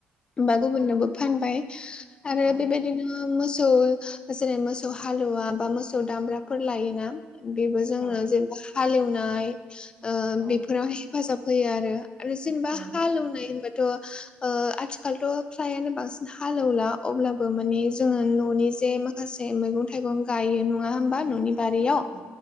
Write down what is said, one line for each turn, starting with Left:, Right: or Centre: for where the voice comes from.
Left: बा गुबुननोबो फानबाय आरो
Right: औ
Left: बेबायदिनो मोसौ जेरै मोसौ हालुवा बा मोसौ दामब्राफोर लायोना बेबो जोंनो
Right: औ
Left: जेनेबा हालेवनाय ओ
Right: औ
Left: बेफोराव हेफाजाब होयो आरो आरो जेनेबा
Right: नंगौ
Left: हालएवनाय होनबाथ' ओ आथि आथिखालथ' फ्रायानो बांसिन हालेवला अब्लाबो माने जोङो न'नि जे मा खासे मैगं-थाइगं गायो नङा होमबा न'नि बारियाव
Right: औ औ